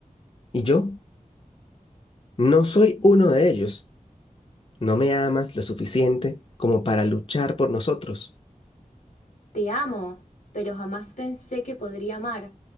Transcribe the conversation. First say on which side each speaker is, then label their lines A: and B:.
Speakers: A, on the left (about 40°); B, on the left (about 70°).
A: ¿Y yo? No soy uno de ellos. No me amas lo suficiente como para luchar por nosotros.
B: Te amo, pero jamás pensé que podría amar,